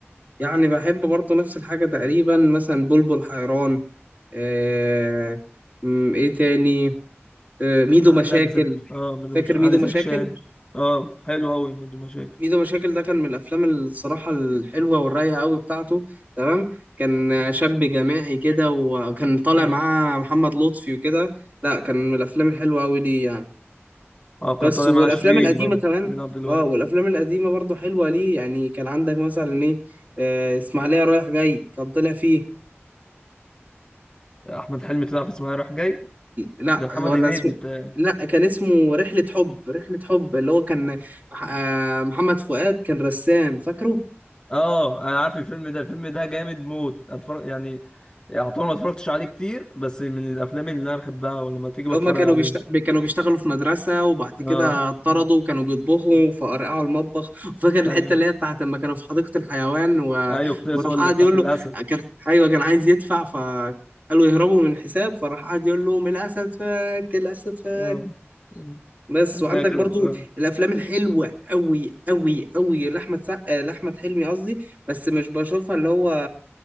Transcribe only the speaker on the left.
عندك
زك اه ميدو
مشاكل
عندي
زكي شان اه حلو قوي ميدو مشاكل
اه
اه كان
طالع
مع شيرين
برضه
شيرين عبد الوهاب
احمد حلمي طلع في اسمها رايح جاي
ده محمد
هنيدي
بتاع
اه انا عارف الفيلم ده الفيلم ده جامد موت اتفرج يعني يعتبر ما اتفرجتش عليه كتير بس من الافلام اللي انا بحبها ولما تيجي
بتفرج
عليه
اه
آه،
آه.
ايوه
ايوه كنت لسه
اقول
لك بتاعت
الاسد
اه آه.
أنا
فاكر
آه.